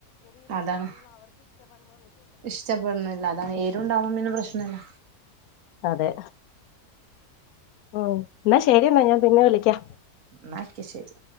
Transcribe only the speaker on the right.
അതാണ് ഇഷ്ടപ്പെടണന്നില്ല അതാണ് എരു ണ്ടാവുമ്പോ പിന്നെ പ്രശ്നല്ല
എന്നാ ഒക്കെ ശരി